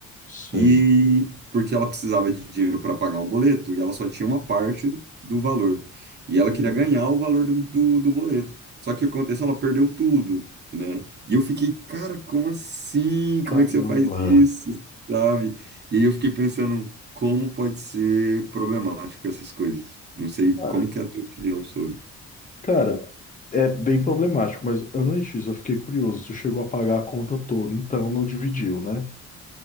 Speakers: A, on the left; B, on the right.
A: sei.
B: E porque ela precisava de dinheiro para pagar um boleto e ela só tinha uma parte do valor. E ela
A: Uhum.
B: queria ganhar o valor do, do, do boleto. Só que o que aconteceu? Ela perdeu tudo, né? E eu fiquei, cara, como assim?
A: Caramba.
B: Como é que você faz isso? Sabe? E aí eu fiquei pensando, como pode ser problemático essas coisas? Não sei
A: Cara,
B: como que é a tua opinião sobre.
A: Cara, é bem problemático, mas antes eu fiquei curioso. Tu chegou a pagar a conta toda, então não dividiu, né?